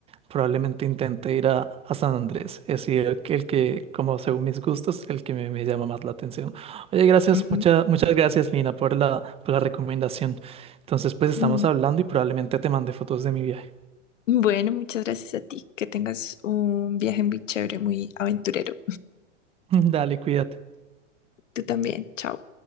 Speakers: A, on the right; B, on the left.
A: probablemente intente ir a, a San Andrés, es decir, el que, el que, como según mis gustos, el que me, me llama más la atención. Oye, gracias,
B: Ujú.
A: muchas muchas gracias, Lina, por la, por la recomendación. Entonces, pues estamos
B: Mm.
A: hablando y probablemente te mande fotos de mi viaje.
B: Bueno, muchas gracias a ti. Que tengas un viaje muy chévere, muy aventurero.
A: <laughs> Dale, cuídate.
B: Tú también. Chao.